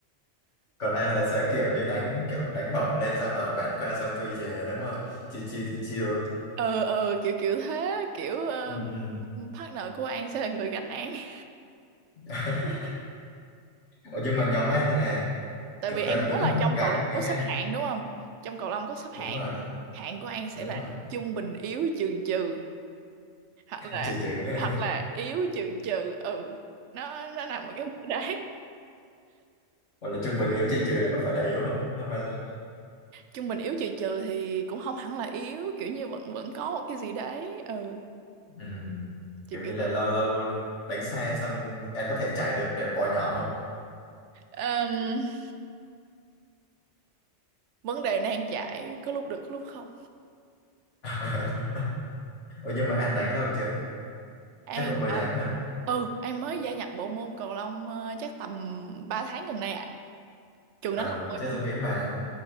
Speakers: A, on the left; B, on the right.
A: còn An là sẽ kiểu như đánh kiểu đánh bổng lên xong ở bạn qua xong tôi về đúng không chiêu chiêu chiêu chiêu
B: Ờ, ờ, kiểu kiểu thế, kiểu ờ,
A: ừ. ừ.
B: partner của An sẽ là người gánh An. <laughs>
A: <laughs> Ủa nhưng mà nhóm An là
B: Tại
A: kiểu
B: vì An
A: toàn
B: nhớ
A: nữ
B: là
A: hả?
B: trong
A: Gánh,
B: cầu lông
A: gánh
B: có
A: An.
B: xếp hạng đúng không? Trong cầu lông có xếp
A: Đúng
B: hạng,
A: rồi,
B: hạng của An sẽ
A: đúng
B: là
A: rồi.
B: trung bình yếu trừ trừ, hoặc là
A: trừ trừ nữa
B: hoặc
A: <laughs>
B: là yếu trừ trừ, ừ, nó nó nằm ở cái mức đấy.
A: gọi là trung bình yếu trừ trừ là có phải là yếu không Không phải là-
B: Trung bình yếu trừ trừ thì cũng không hẳn là yếu, kiểu như vẫn vẫn có một cái gì đấy, ừ,
A: ừ.
B: kiểu
A: kiểu
B: kiểu
A: như là lâu lâu đánh xe xong anh có thể chạy được để bỏ nhỏ không
B: thế. vấn đề nan giải có lúc được có lúc không
A: <laughs> Ủa nhưng mà anh đánh lâu chưa
B: An
A: chắc cũng mới
B: hả
A: đánh hả
B: ừ An mới gia nhập bộ môn cầu lông ờ, chắc tầm 3 tháng gần đây à trường
A: ờ
B: đánh lâu rồi
A: chứ
B: hả
A: tôi nghĩ mà